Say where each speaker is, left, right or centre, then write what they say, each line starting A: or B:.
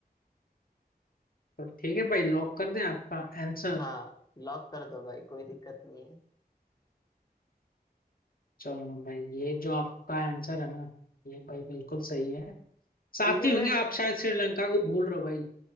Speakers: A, on the left (about 60°); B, on the left (about 25°).
A: तो ठीक है भाई लॉक कर दें आपका आंसर
B: हाँ लॉक कर दो भाई कोई दिक्कत नहीं है
A: चलो भाई ये जो आपका आंसर है ना ये भाई बिल्कुल सही है साथ
B: क्योंकि
A: ही
B: मैं
A: होंगे आप शायद श्रीलंका को भूल रहे हो भाई